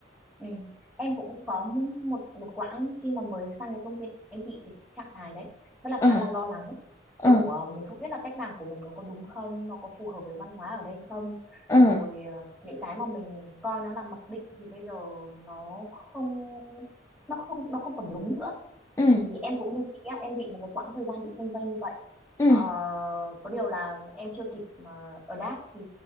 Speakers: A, in the centre; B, on the left (about 20°).
A: ừ em cũng có m- một một quãng khi mà mới sang cái công ty em bị cái trạng thái đấy rất là
B: ờ
A: khá là lo lắng kiểu
B: ờ
A: ờ, mình không biết là cách làm của mình nó có đúng không nó có phù hợp với văn hóa ở đây không
B: ờ
A: rồi ờ, những cái mà mình coi nó là mặc định thì bây giờ nó không nó không nó không còn đúng nữa
B: ừ
A: thì em cũng như chị á em bị một cái quãng thời gian bị chênh vênh như vậy
B: ừ
A: ờ, có điều là em chưa kịp mà adapt thì